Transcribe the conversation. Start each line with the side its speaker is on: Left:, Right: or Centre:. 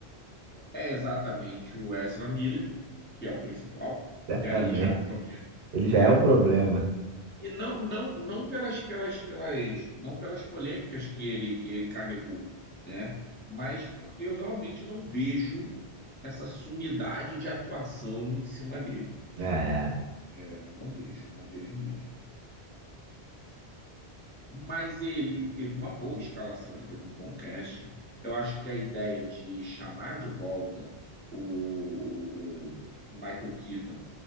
Left: é exatamente o Ezra Miller, que é o principal,
Right: certamente.
Left: e aí já é um problema,
Right: Ele já
Left: né?
Right: é o problema.
Left: E não, não, não pelas, pelas, pelas, não pelas polêmicas que ele, que ele carregou, né? Mas porque eu realmente não vejo essa sumidade de atuação em cima dele,
Right: É,
Left: né? Eu não vejo, não vejo mesmo. Mas ele teve uma boa escalação, ele teve um bom casting. Eu acho que a ideia de chamar de volta o, o- o Michael Keaton